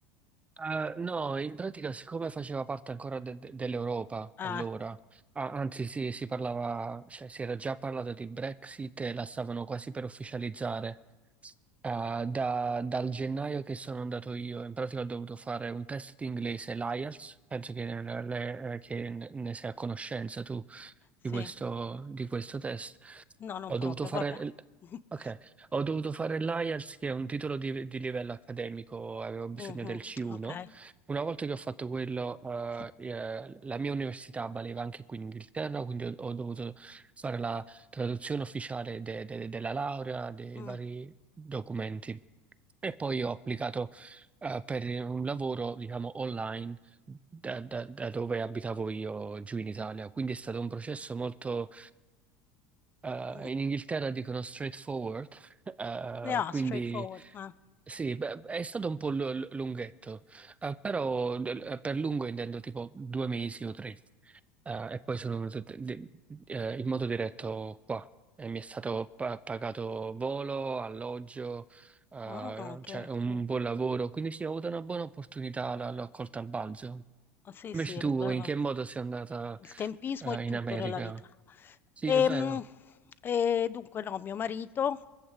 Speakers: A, on the right; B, on the left.
A: Eh, no, in pratica, siccome faceva parte ancora de- de- dell'Europa
B: Ah,
A: allora, a- anzi sì, si parlava, cioè si era già parlato di Brexit e la stavano quasi per ufficializzare. Eh, da- dal gennaio che sono andato io, in pratica ho dovuto fare un test di inglese, l'IELTS, penso che, ne, le- eh, che ne ne sei a conoscenza tu
B: sì.
A: di questo, di questo test.
B: No, non
A: Ho dovuto
B: proprio,
A: fare,
B: vabbè.
A: l-
B: <laughs>
A: ok, ho dovuto fare l'IELTS, che è un titolo di, di livello accademico, avevo bisogno
B: Mh-mh,
A: del C1.
B: okay,
A: Una volta che ho fatto quello, eh,
B: sì.
A: eh, la mia università valeva anche qui in Inghilterra, quindi ho, ho dovuto fare la traduzione ufficiale de- de- della laurea, dei
B: Mh,
A: vari documenti. E poi ho applicato eh, per un lavoro, diciamo, online da, da- da dove abitavo io giù in Italia. Quindi è stato un processo molto, eh,
B: mh.
A: in Inghilterra dicono straightforward, <laughs> eh,
B: Yeah, straightforward,
A: quindi
B: eh.
A: sì, beh, è stato un po' lu- lu- lunghetto, eh, però eh, per lungo intendo tipo due mesi o tre, Eh, e poi sono venuto d- d- eh, in modo diretto qua. E mi è stato pa- pagato volo, alloggio, eh,
B: Ah, che
A: cioè un
B: sì.
A: buon lavoro, quindi sì, ho avuto una buona opportunità, l- l'ho colta al balzo.
B: Ah, sì,
A: Invece
B: sì, eh,
A: tu
B: beh,
A: in che modo sei andata
B: il tempismo
A: eh,
B: è tutto
A: in America?
B: nella vita.
A: Sì,
B: Ehm,
A: è vero.
B: E, dunque no, mio marito